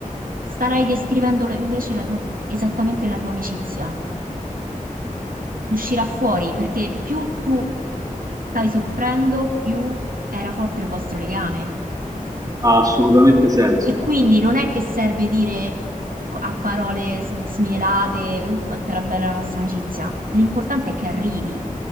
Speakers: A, on the right; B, on the right.
A: starai descrivendo la- invece la tua, esattamente la tua amicizia. Uscirà fuori perché più tu stai soffrendo, più era forte il vostro legame.
B: Ha assolutamente senso.
A: E quindi non è che serve dire ecco, a parole sm- smielate, uh, quanto era bella la nostra amicizia. L'importante è che arrivi.